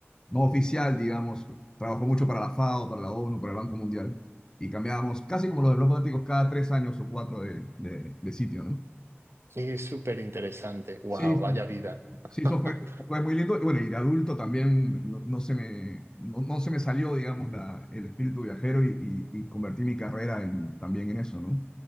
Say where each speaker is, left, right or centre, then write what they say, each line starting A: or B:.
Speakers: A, on the left; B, on the right.
A: no oficial, digamos. Trabajó mucho para la FAO, para la ONU, para el Banco Mundial. Y cambiábamos casi como los diplomáticos cada tres años o cuatro de, de- de sitio, ¿no?
B: Es súper interesante. ¡Wow!
A: Sí, sí.
B: Vaya vida.
A: Sí, eso
B: <laughs>
A: fue, fue muy lindo. Y bueno, y de adulto también no, no se me, no, no se me salió, digamos, la, el espíritu viajero y, y- y convertí mi carrera en, también en eso, ¿no?